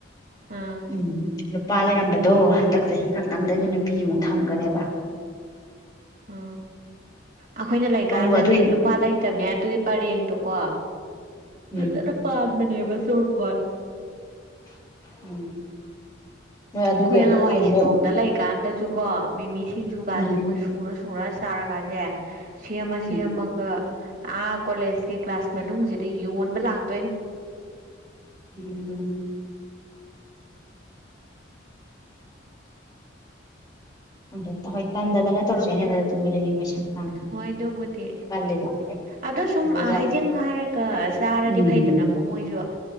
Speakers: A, on the right; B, on the left.
A: ꯑꯥ
B: ꯎꯝ ꯄꯥ ꯂꯩꯔꯝꯕꯗꯣ ꯍꯟꯗꯛ ꯆꯍꯤ ꯈꯛꯇꯪꯗꯒꯤ
A: ꯑꯥ
B: ꯅꯨꯄꯤꯃꯨꯛ ꯊꯝꯈꯥꯔꯦꯕ
A: ꯑꯣ ꯑꯥꯈꯣꯏꯅ ꯂꯩꯀꯥꯟꯗꯗꯤ
B: ꯑꯗꯨꯒ ꯑꯗꯨꯏ
A: ꯅꯨꯄꯥ ꯂꯩꯠ ꯇꯕꯅꯦ ꯑꯗꯨꯒꯤ ꯄꯔꯦꯡꯗꯣꯀꯣ
B: ꯎꯝ
A: ꯐꯖꯟꯅ ꯄꯥꯟꯕꯅꯦꯕ ꯆꯣꯔꯐꯣꯟ
B: ꯎꯝ ꯅꯣꯏ ꯑꯗꯨꯒꯤ
A: ꯈꯣꯏꯅ
B: ꯑꯗꯨꯒꯤ
A: ꯉꯍꯋꯥꯏ
B: ꯑꯃꯨꯛ
A: ꯁꯤꯂꯣꯡꯗ ꯂꯩꯀꯥꯟꯗꯁꯨ ꯀꯣ ꯃꯤꯃꯤ ꯁꯤꯡꯖꯨꯒꯥꯁꯦ
B: ꯎꯝ
A: ꯃꯣꯏ ꯁꯨꯔꯥ ꯁꯨꯔꯥ ꯆꯥꯔꯒꯁꯦ ꯁꯦꯝꯃ ꯁꯦꯝꯃ
B: ꯎꯝ
A: ꯒ ꯑꯥ ꯀꯣꯂꯦꯖꯀꯤ ꯀ꯭ꯂꯥꯁ ꯃꯅꯨꯡꯁꯤꯗ ꯌꯣꯟꯕ ꯂꯥꯛꯇꯣꯏꯅꯤ
B: ꯎꯝ ꯑꯗꯨ ꯍꯣꯏ ꯇꯟꯗꯗꯅ ꯇꯧꯖꯩꯅꯦꯗ ꯗꯨꯞꯄꯗꯥꯒꯤ ꯄꯩꯁꯥ ꯇꯥꯟ
A: ꯍꯣꯏ ꯗꯨꯕꯨꯗꯤ
B: ꯀꯜꯂꯤꯗꯣ
A: ꯑꯗꯨ ꯁꯨꯝ
B: ꯑꯗꯨꯗ
A: ꯑꯥ ꯍꯩꯖꯤꯡ ꯐꯥꯔꯒ ꯆꯥꯔꯗꯤ
B: ꯎꯝ
A: ꯐꯩꯗꯅ ꯀꯣ ꯃꯣꯏꯁꯨ